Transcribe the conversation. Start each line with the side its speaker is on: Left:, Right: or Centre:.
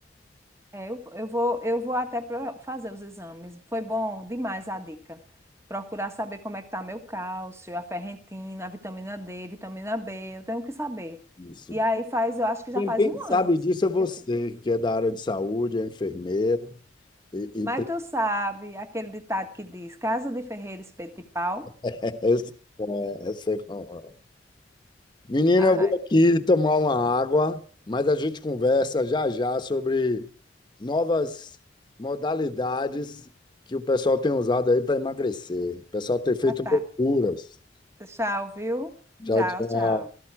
Right: É, eu, eu vou, eu vou até pro- fazer os exames. Foi bom demais a dica. Procurar saber como é que tá meu cálcio, a ferritina, a vitamina D, vitamina B, eu tenho que saber.
Left: Isso.
Right: E aí faz, eu acho que já
Left: Quem
Right: faz
Left: bem
Right: um
Left: sabe
Right: ano
Left: disso é você,
Right: que eu fiz.
Left: que é da área de saúde, é enfermeira e,
Right: Mas
Left: e <laughs>
Right: tu sabe aquele ditado que diz: Casa de ferreiro, espeto de pau?
Left: essa- é, essa é a- Menina,
Right: Ai,
Left: eu vou aqui tomar uma água, mas a gente conversa já já sobre novas modalidades que o pessoal tem usado aí para emagrecer. O pessoal tem feito
Right: ah, tá.
Left: loucuras.
Right: Tchau, viu?
Left: <laughs> Tchau,
Right: Tchau,
Left: tchau.
Right: tchau.